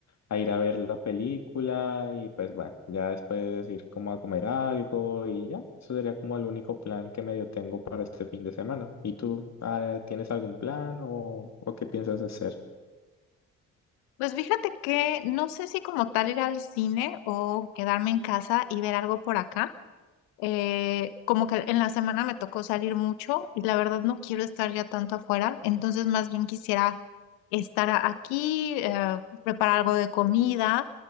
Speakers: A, on the left (about 40°); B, on the left (about 65°).
A: a ir a ver la película y pues bueno, ya después ir como a comer algo y ya, eso sería como el único plan que medio tengo para este fin de semana. ¿Y tú, ah, tienes algún plan o, o qué piensas hacer?
B: Pues fíjate que no sé si como tal ir al cine o quedarme en casa y ver algo por acá. Eh, como que en la semana me tocó salir mucho y la verdad no quiero estar ya tanto afuera, entonces más bien quisiera estar a- aquí, eh, preparar algo de comida,